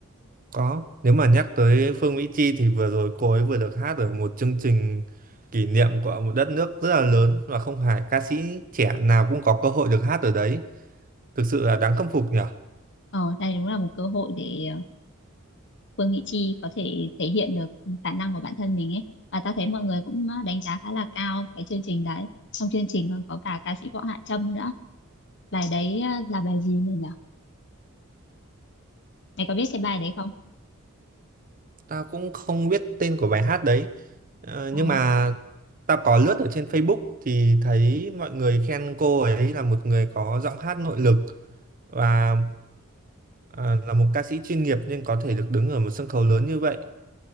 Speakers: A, on the right; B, on the left.
A: Có, nếu mà nhắc tới Phương Mỹ Chi thì vừa rồi cô ấy vừa được hát ở một chương trình kỷ niệm của một đất nước rất là lớn và không phải ca sĩ trẻ nào cũng có cơ hội được hát ở đấy. Thực sự là đáng khâm phục nhỉ?
B: Ờ, đây đúng là một cơ hội để ờ, Phương Mỹ Chi có thể thể hiện được khả năng của bản thân mình ấy và ta thấy mọi người cũng ờ, đánh giá khá là cao cái chương trình đấy trong chương trình còn có cả ca sĩ Võ Hạ Trâm nữa bài đấy ờ, là bài gì mình nhỉ mày có biết cái bài đấy không
A: Tao cũng không biết tên của bài hát đấy. Ờ,
B: ờ,
A: nhưng mà tao có lướt ở trên Facebook thì thấy mọi người khen cô ấy là một người có giọng hát nội lực và ờ, là một ca sĩ chuyên nghiệp nên có thể được đứng ở một sân khấu lớn như vậy.